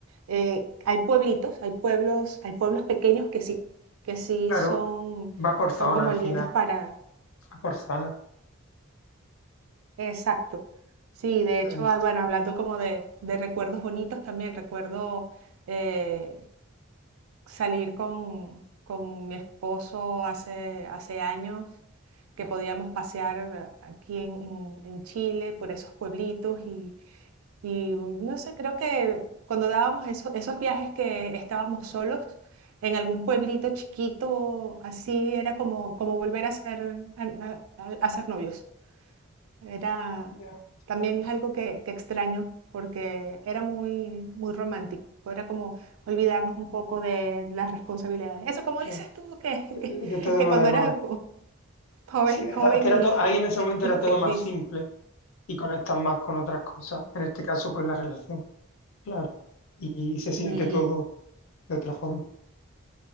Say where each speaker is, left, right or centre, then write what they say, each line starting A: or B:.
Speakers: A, on the right; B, on the left.
A: eh, hay pueblitos, hay pueblos, hay pueblos pequeños que sí, que sí
B: Claro,
A: son,
B: va por
A: son
B: zona
A: como
B: al
A: lindos
B: final,
A: para,
B: va por zona,
A: exacto. Sí, de
B: la
A: hecho,
B: lista.
A: ah, bueno, hablando como de, de recuerdos bonitos también, recuerdo eh, salir con, con mi esposo hace, hace años, que podíamos pasear aquí en, en- en Chile por esos pueblitos y, y, no sé, creo que cuando dábamos eso- esos viajes que estábamos solos en algún pueblito chiquito, así era como, como volver a ser, a- a- a- a ser novios. Era
B: Ya,
A: también es algo que, que extraño porque era muy, muy romántico. Era como olvidarnos un poco de las responsabilidades. Eso, como
B: claro.
A: dices tú, que,
B: De,
A: <laughs>
B: de todo
A: que, que
B: lo
A: cuando
B: demás.
A: eras joven,
B: Sí, es verdad
A: joven
B: que era to-
A: y,
B: ahí en ese
A: <laughs>
B: momento
A: y
B: era todo
A: feliz.
B: más simple y conectas más con otras cosas. En este caso, pues la relación, claro. Y, se siente
A: Y
B: todo de otra forma.